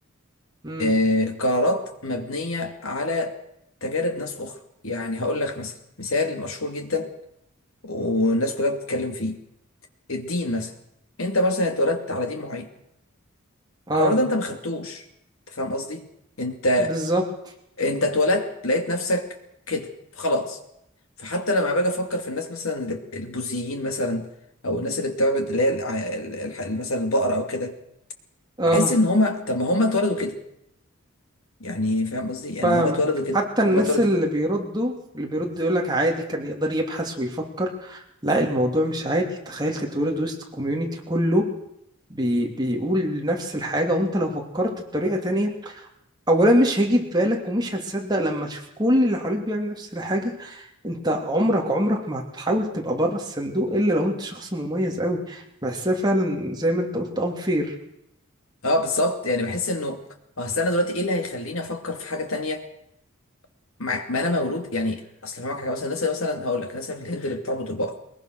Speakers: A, on the right; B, on the left.
A: امم
B: آه، قرارات مبنيه على تجارب ناس اخرى يعني هقول لك مثلا مثال مشهور جدا والناس كلها بتتكلم فيه الدين مثلا انت مثلا اتولدت على دين معين القرار
A: اه
B: ده انت ما خدتوش انت فاهم قصدي انت
A: بالظبط
B: انت اتولدت لقيت نفسك كده خلاص فحتى لما باجي افكر في الناس مثلا اللي- البوذيين مثلا او الناس اللي بتعبد اللي هي الع- ال- الح- مثلا البقره او كده
A: اه
B: بحس ان هما طب ما هما اتولدوا كده يعني فاهم قصدي يعني
A: فاهمك
B: هما اتولدوا كده
A: حتى الناس
B: هما اتولدوا
A: اللي
B: كده
A: بيردوا اللي بيردوا يقولك عادي كان يقدر يبحث ويفكر لا الموضوع مش عادي تخيل تتولد وسط كوميونتي كله بي بيقول نفس الحاجة وانت لو فكرت بطريقة تانية اولا مش هيجي في بالك ومش هتصدق لما تشوف كل اللي حواليك بيعمل نفس الحاجة انت عمرك عمرك ما هتحاول تبقى بره الصندوق الا لو انت شخص مميز قوي بحسها فعلا زي ما انت قلت unfair
B: اه بالظبط يعني بحس انه اصل انا دلوقتي ايه اللي هيخليني افكر في حاجه تانية ما, ما انا مولود يعني اصل فاهمك حاجه مثلا الناس اللي مثلا هقول لك الناس اللي في الهند اللي بتعبد البقر